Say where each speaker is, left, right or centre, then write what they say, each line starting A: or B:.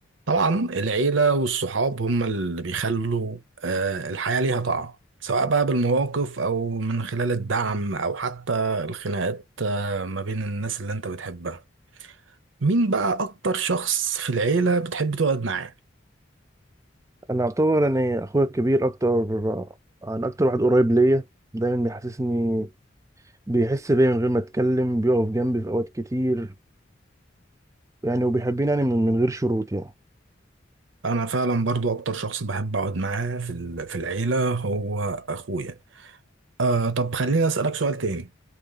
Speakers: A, on the right; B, on the right.
A: طبعا العيلة والصحاب هم اللي بيخلوا آه، الحياة ليها طعم سواء بقى بالمواقف أو من خلال الدعم أو حتى الخناقات آه، ما بين الناس اللي أنت بتحبها مين بقى أكتر شخص في العيلة بتحب تقعد معاه؟
B: انا اعتبر يعني اخويا الكبير اكتر انا اكتر واحد قريب ليا دايما بيحسسني بيحس بيا من غير ما اتكلم بيقف جنبي في اوقات كتير يعني وبيحبني يعني من, من غير شروط يعني
A: أنا فعلا برضو أكتر شخص بحب أقعد معاه في ال- في العيلة هو أخويا آه طب خليني أسألك سؤال تاني